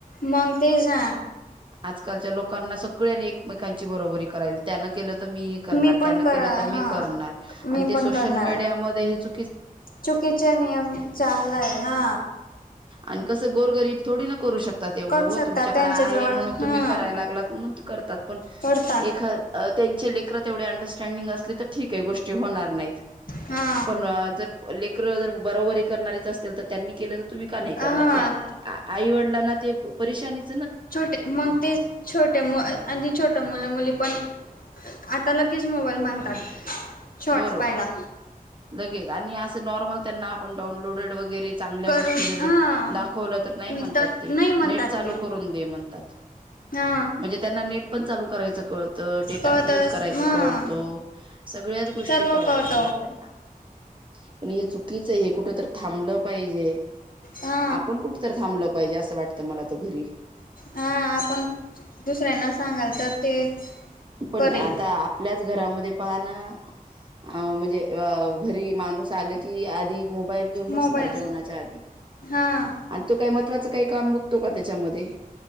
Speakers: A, on the left; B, on the right.
A: मग ते जा
B: आजकालच्या लोकांना सगळ्यांनी एकमेकांची बरोबरी करायल त्याना केलं त मीही करणार
A: मी पण
B: त्यानं
A: कर
B: केलंत मी
A: हा
B: करणार आणि
A: मी
B: ते
A: पण
B: सोशल
A: करणार
B: मीडिया मध्ये हेच
A: चुकीचे नियम चाललाय हा
B: आणि कसं गोरगरीब थोडी ना करू शकत तात एवढं
A: करू
B: हो
A: शकतात
B: तुमच्याकड
A: त्यांच्या
B: आहे
A: जवळ
B: म्हणून
A: हा
B: तुम्ही करायला लागलात म्हणून करतात पण
A: करतात
B: एखा तेची लेकर तेवढी अंडस्टडिंग अस तर ठीक आहे गोष्ट होणार नाही
A: हा
B: पण जर ले करं जर बरोबर हे करणारेच असतील तर त्यांनी केलं तुम्ही का नाही करणार
A: हा
B: ते आई वडिलांना ते परिशानीच
A: छोटे मग ते छोटे आणि छोट मुलं मुली पण आता लगेच मोबाईल मागतात. शॉर्ट्स
B: बरोबर
A: पाहायला
B: लगेच आणि असं नॉर्मल त्यांना आपण डाऊनलोडेड वगैरे चांगल्या
A: करून
B: गोष्टी जर
A: हा
B: दाखवलं तर नाही म्हणतात
A: तर
B: ते
A: नाही म्हणतात
B: नेट चालू
A: ते
B: करून दे म्हणत तात
A: हा
B: म्हणजे त्यांना नेट पण चालू करायच कळत डेटा
A: कळतस
B: पण यूज करायच
A: हा
B: कळत सगळ्याच गोष्टी
A: सर्व
B: कळायला
A: कळत
B: लागल्यात त्यांना पण हे चुकीच आहे हे कुठ तर थांबलं पाहिजे.
A: हा
B: आपण कुठ तर थांबलं पाहिजे असं वाटत आता मला तर घरी
A: हा आपण दुसऱ्यांना सांगाल तर ते
B: पण
A: करेल
B: आता आपल्याचं घरामध्ये पाहणां अ म्हणजे घरी माणूस आलं की आधी मो बाईल घेऊन बसणार
A: मोबाईल
B: जेवणाच्या आधी
A: हां
B: आणि तू काय म्हं कोणाचं काय काम बघतो का त्याच्यामध्ये